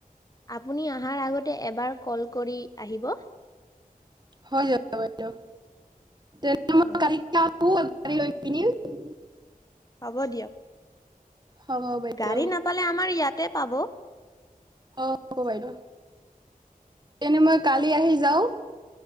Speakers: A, on the left; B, on the right.
A: আপুনি অহাৰ আগতে এবাৰ কল কৰি আহিব।
B: হৈ যাব বাইদেউ তেন্তে মই
A: অ
B: কালিৰ পৰা <unintelligible> ত আ <unintelligible> গা়ি লৈ কিিন
A: হ'ব দিয়ক।
B: হ'ব বাইদেউ
A: গাড়ী নাপালে আমাৰ ইয়াতে পাব।
B: অ'। হ'ব বাইদেউ, তেনে মই কালি আহি যাও।